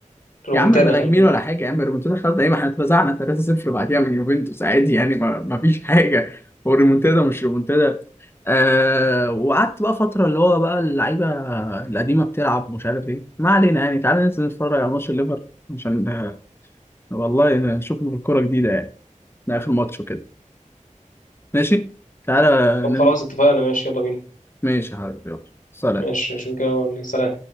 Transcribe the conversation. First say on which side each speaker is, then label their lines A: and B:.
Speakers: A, on the left; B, on the left.
A: الرومنتادا
B: يا عم بلا
A: خلي
B: جميل
A: بالك
B: ولا حاجة يا عم الريمونتادا خلاص ايه ما احنا اتفزعنا 3-0 بعديها من يوفنتوس عادي يعني ما ما فيش حاجة هو الريمونتادا مش ريمونتادا آه وقعدت بقى فترة اللي هو بقى اللعيبة القديمة بتلعب مش عارف ايه ما علينا يعني تعالى ننزل نتفرج على ماتش الليفر عشان آه، والله نشوف الكورة جديدة يعني ده آخر ماتش وكده ماشي تعالى
A: طب
B: ننزل
A: خلاص اتفقنا ماشي يلا بينا
B: ماشي يا حبيبي يلا سلام
A: ماشي شو كده ولا- سلام